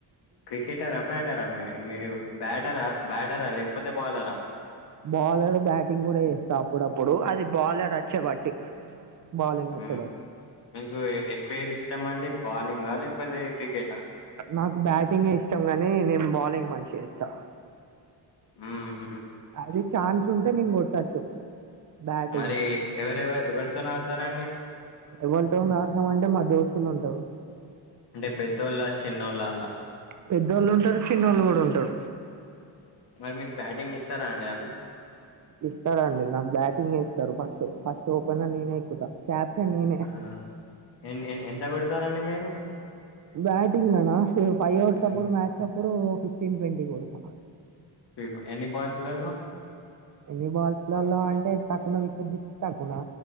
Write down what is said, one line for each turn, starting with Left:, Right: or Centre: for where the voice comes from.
Left: క్రికెటరా బ్యాటరా మీ మీరు బ్యాటరా బ్యాటరా లేకపోతే బాలరా
Right: బాలర్ బ్యాటింగ్ కూడా చేస్తా అప్పుడప్పుడు అది బాలర్ వచ్చే బట్టి బాలంగ్
Left: హ్మ్.
Right: వచ్చే బట్టి
Left: మీకు ఎ ఎక్కువ ఏది ఇష్టమండి? బౌలింగా లేకపోతే క్రికెటా?
Right: నాకు బ్యాటింగే ఇష్టం గానీ నేను బాలింగ్ మంచిగా వేస్తా
Left: ఉం
Right: అది ఛాన్స్ ఉంటే నేను కొట్టచ్చు బ్యాటింగ్
Left: మరి ఎవరెవ ఎవరితోని ఆడతారండి?
Right: ఎవరితో నసామంటే మా దోస్తు <unintelligible> దోస్తులుంటారు
Left: అంటే పెద్దోళ్ళా? చిన్నోళ్ళా అలా?
Right: పెద్దోళ్ళు ఉంటరు చిన్న వోళ్ళు కూడా ఉంటరు
Left: మరి మీకు బ్యాటింగ్ ఇస్తారా అండి ఆళ్ళు?
Right: ఇస్తారండి నాకు బ్యాటింగే ఇస్తారు ఫస్ట్ ఫస్ట్ ఓపెన్ నేనే ఎక్కుతా క్యాప్టన్ నేనే
Left: ఆ! ఎన్ ఎన్ ఎంత కొడతారండి మీరు?
Right: బంగ్ ఫైవ్ర్స్
Left: హ్మ్.
Right: అపో <inaudible> అప్పుడు ఫిఫ్టీన్ ట్వంటీ కొడత
Left: ఫిఫ్ ఎన్ని బాల్స్‌లలో?
Right: ఎన్ని బాల్స్లలో అంటే తక్కువన విచ్చర్ తక్కున